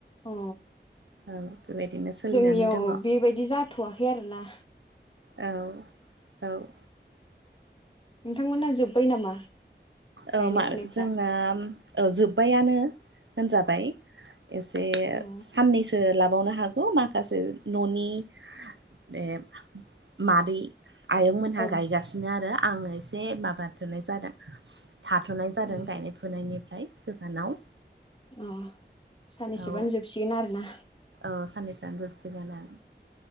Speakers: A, on the left (about 30°); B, on the right (about 85°).
A: अ
B: औ बेबायदिनो सोलिनानै
A: जोंनियाव
B: दङ
A: बेबायदि जाद थ'वाखै आरो ना
B: औ औ
A: नोंथां मोनना जोब्बाय नामा
B: औ
A: गायनाय
B: मा
A: फुनायफ्रा
B: जोंना जोबबायानो होनजाबाय एसे
A: औ
B: साननैसो लाबावनो हागौ माखासे न'नि बे मादै आयंमोनहा
A: औ
B: गायगासिनो आरो आङो एसे माबा थोनाय जादों थाथ'नाय जादों
A: अ
B: गायनाय फुनायनिफ्राय गोजानाव
A: ओम साननैसोबानो
B: औ
A: जोबसिगोन आरोना
B: औ साननैसोआवनो जोबसिगोन ना